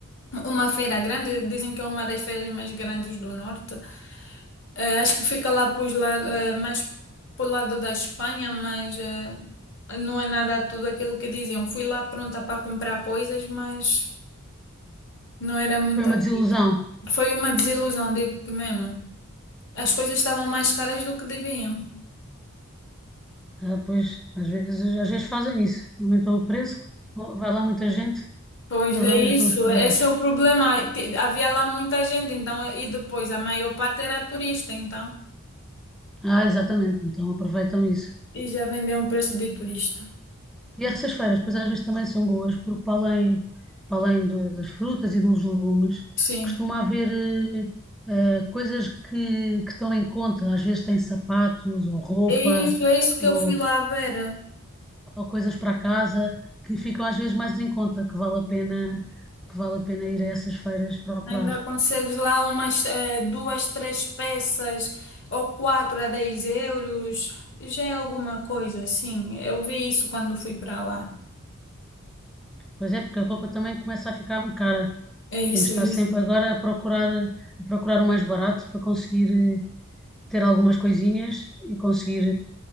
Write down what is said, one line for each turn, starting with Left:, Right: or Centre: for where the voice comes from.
Left: uma feira grande, dizem que é uma das feiras mais grandes do norte. É, acho que fica lá pros lado, é, mais pro lado da Espanha, mas é, não é nada tudo aquilo que diziam. Fui lá pronta para comprar coisas, mas não era muita
Centre: Foi uma
Left: coisa.
Centre: desilusão.
Left: Foi uma desilusão, digo-te mesmo. As coisas estavam mais caras do que deviam.
Centre: Ah, pois, às vezes, às vezes fazem isso. Aumentam o preço, vai lá muita gente
Left: Pois
Centre: e eles aumentam
Left: é isso,
Centre: os preços.
Left: esse é o problema. Te- Havia lá muita gente, então, e depois a maior parte era turista, então.
Centre: Ah, exatamente. Então aproveitam isso.
Left: E já vendeu um preço de turista.
Centre: E essas feiras, pois às vezes também são boas, porque para além, para além do- das frutas e dos legumes,
Left: Sim.
Centre: costuma haver eh, eh, coisas que, que estão em conta. Às vezes tem sapatos ou roupa,
Left: É isso, é isso que
Centre: ou
Left: eu fui lá ver.
Centre: ou coisas para casa que ficam às vezes mais em conta, que vale a pena, que vale a pena ir a essas feiras procurar.
Left: Ainda consegues lá umas eh, duas, três peças ou quatro a 10 euros. Já é alguma coisa, sim. Eu vi isso quando fui para lá.
Centre: Pois é, porque a roupa também começa a ficar cara.
Left: É isso,
Centre: Temos de
Left: é
Centre: estar
Left: isso.
Centre: sempre agora a procurar, a procurar o mais barato para conseguir eh, ter algumas coisinhas e conseguir